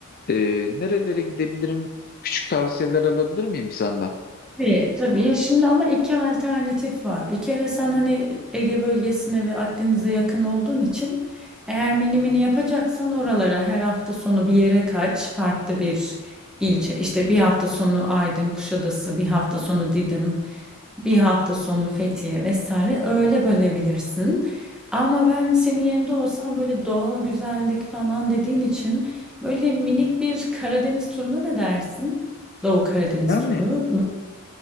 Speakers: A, on the left; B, in the centre.
A: Ee, nerelere gidebilirim? Küçük tavsiyeler alabilir miyim senden?
B: Tabii, tabii. Ya şimdi ama iki alternatif var. Bir kere sen hani Ege bölgesine ve Akdeniz'e yakın olduğun için eğer mini mini yapacaksan oralara her hafta sonu bir yere kaç, farklı bir ilçe. İşte bir hafta sonu Aydın, Kuşadası, bir hafta sonu Didim, bir hafta sonu Fethiye vesaire öyle bölebilirsin. Ama ben senin yerinde olsam böyle doğal güzellik falan dediğin için böyle minik bir Karadeniz turuna ne dersin? Doğu Karadeniz
A: Yani
B: turu.